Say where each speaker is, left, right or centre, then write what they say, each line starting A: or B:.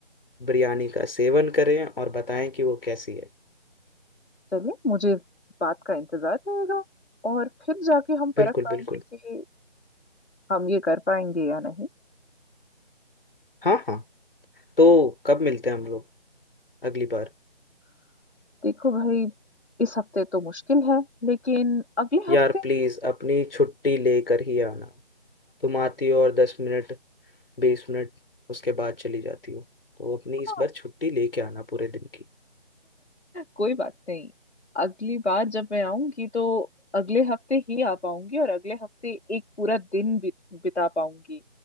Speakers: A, on the left; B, on the left.
A: बिरयानी का सेवन करें और बताएं कि वो कैसी है
B: चलिए मुझे इस बात का इंतजार रहेगा और फिर जाके हम
A: बिल्कुल
B: परख पाएंगे
A: बिल्कुल
B: कि हम ये कर पाएंगे या नहीं
A: हाँ हाँ तो कब मिलते हैं हम लोग अगली बार
B: देखो भाई इस हफ्ते तो मुश्किल है लेकिन अगले
A: यार
B: हफ्ते
A: प्लीज अपनी छुट्टी लेकर ही आना तुम आती हो और दस मिनट बीस मिनट उसके बाद चली जाती हो तो अपनी
B: हाँ,
A: इस बार छुट्टी लेके आना पूरे दिन की
B: कोई बात नहीं अगली बार जब मैं आऊंगी तो अगले हफ्ते ही आ पाऊंगी और अगले हफ्ते एक पूरा दिन बि- बिता पाऊंगी